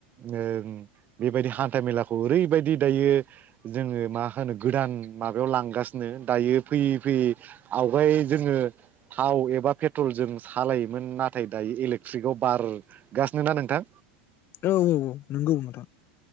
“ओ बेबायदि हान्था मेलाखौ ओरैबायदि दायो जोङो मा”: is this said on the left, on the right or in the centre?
Right